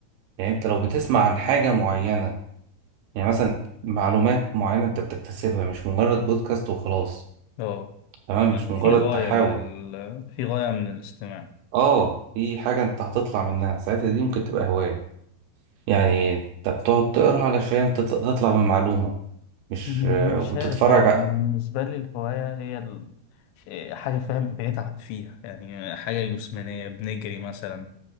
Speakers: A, on the right; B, on the left.
A: يعني انت لو بتسمع عن حاجة معينة يعني مثلا معلومات معينة انت بتكتسبها مش مجرد بودكاست وخلاص
B: أه
A: تمام
B: ما-
A: مش مجرد
B: في غاية
A: تحاور
B: من ال في غاية من الاستماع
A: اه في حاجة انت هتطلع منها ساعتها دي ممكن تبقى هواية يعني انت بتقعد تقرا علشان تط- تطلع بمعلومة مش
B: مش
A: آه، وتتفرج
B: عارف هو بالنسبة
A: ع-
B: لي الهواية هي ال- إيه، حاجة فاهم بنتعب فيها يعني حاجة جسمانية بنجري مثلا